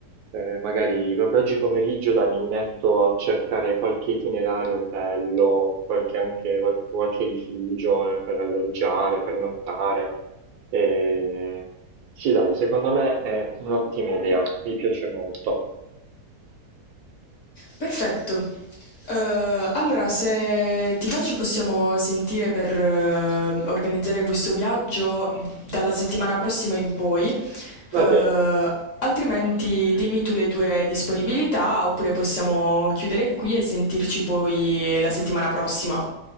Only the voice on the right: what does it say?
Eh, magari proprio oggi pomeriggio, dai, mi metto a cercare qualche itinerario bello, qualche, anche, qual- qualche rifugio eh, per alloggiare, per nottare. Eh, sì, dai, secondo me è un'ottima idea, mi piace molto.
Va bene.